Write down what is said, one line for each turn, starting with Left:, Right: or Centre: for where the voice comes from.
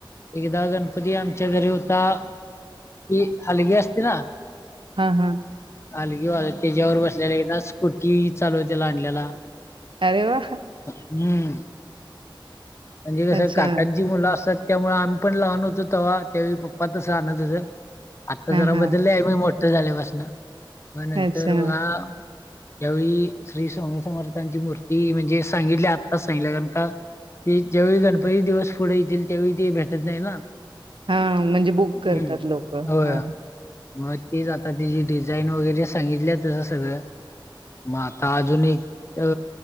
Left: एकदा गणपती आमच्या घरी होता की हलगी असते ना
Right: हा हा
Left: हलगी त्याच्यावर बसलेला एकदा स्कूटी चालवतेला आणल्याला
Right: अरे वा
Left: हम्म म्हणजे कसं
Right: अच्छा
Left: काकांची मुलं असतात त्यामुळे आम्ही पण लहान होतो तवा त्यावेळी पप्पा तसं आणत होतं आत्ता
Right: हा
Left: जरा
Right: हा
Left: बदललंय आम्ही मोठं झाल्यापासनं मग नंतर
Right: अच्छा
Left: बघा यावेळी श्री स्वामी समर्थांची मूर्ती म्हणजे सांगितली आत्ताच सांगितल्या कारण का ते ज्यावेळी गणपतीचं दिवस पुढं येतील त्यावेळी ते भेटत नाही ना
Right: हा म्हणजे बुक करतात
Left: हम्म
Right: लोक हा
Left: होय मग तीच आता तिची डिझाईन वगैरे सांगितल्या तसं सगळं मग आता अजून एक अ